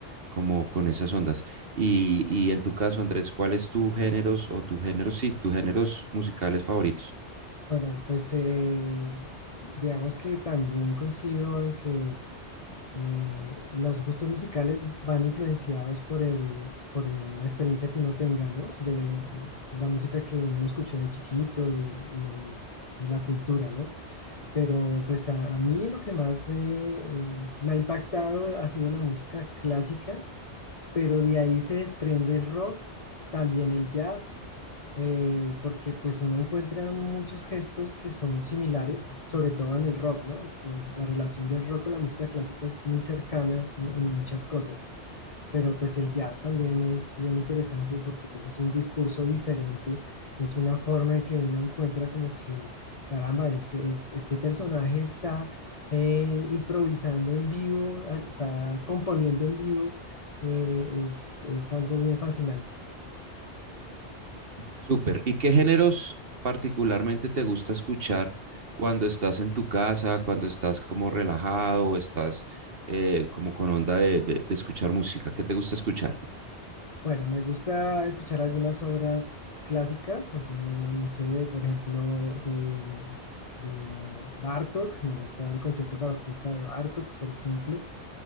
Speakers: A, on the right (about 55°); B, on the left (about 35°).
A: como con esas ondas. Y, y en tu caso, Andrés, ¿cuál es tu géneros o tus géneros, sí, tus géneros musicales favoritos?
B: Bueno, pues eh, digamos que también coincido en que eh, los gustos musicales van influenciados por el, por el- la experiencia que uno tenga, ¿no? De la música que uno escuchó de chiquito y, y- y la cultura, ¿no? Pero pues a, a mí lo que más eh, me ha impactado ha sido la música clásica pero de ahí se desprende el rock, también el jazz, eh, porque pues uno encuentra muchos gestos que son similares, sobre todo en el rock, ¿no? Eh, La relación del rock con la música clásica es muy cercana en en muchas cosas pero pues el jazz también es bien interesante porque pues es un discurso diferente, es una forma en que uno encuentra como que, caramba, es- es- este personaje está eh, improvisando en vivo, a- está componiendo en vivo, eh, es, es algo bien fascinante.
A: Súper. ¿Y qué géneros particularmente te gusta escuchar cuando estás en tu casa, cuando estás como relajado o estás eh, como con onda de, de- de escuchar música? ¿Qué te gusta escuchar?
B: Bueno, me gusta escuchar algunas obras clásicas, algunas, no sé, por ejemplo, de, de Bartók, me gusta el concierto para orquesta de Bartók, por ejemplo.